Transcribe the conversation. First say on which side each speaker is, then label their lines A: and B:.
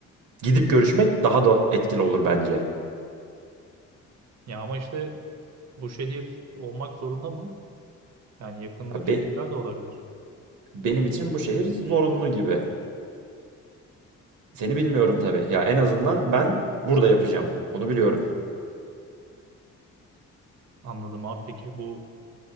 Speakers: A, on the right; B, on the right.
A: Gidip görüşmek daha da etkili olur bence.
B: Ya ama işte bu şehir olmak zorunda mı? Yani yakındaki
A: Ya be-
B: şehirler de olabilir.
A: benim için bu şehir zorunlu gibi. Seni bilmiyorum tabii. Ya en azından ben burada yapacağım. Onu biliyorum.
B: Anladım abi. Peki bu